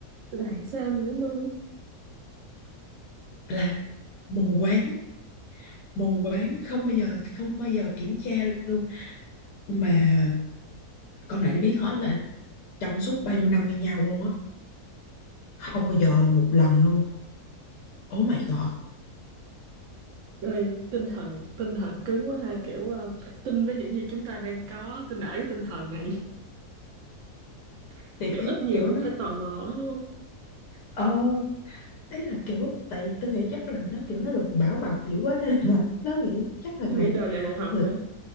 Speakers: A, on the right; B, on the left.
A: làm sao nữa mơm
B: là mù quáng mù quáng không bao giờ không bao giờ kiểm tra luôn mà con này nó biết hết là trong suốt bao nhiêu năm yêu nhau luôn á không bao giờ một lần luôn oh my god
A: rồi tinh thần tinh thần cứng quá ha kiểu à, tin với những gì chúng ta đang có tin nể cái tinh thần này <laughs>
B: thì
A: kiểu
B: ý
A: ít nhiều
B: kiểu
A: cũng
B: nó
A: phải tò mò ấy, đúng không
B: ờ ấy là kiểu tại tôi nghĩ chắc là nó kiểu nó được bảo bọc dữ quá nên là nó nghĩ chắc thằng
A: tôi
B: này
A: nghĩ đời này màu hồng
B: người-
A: hả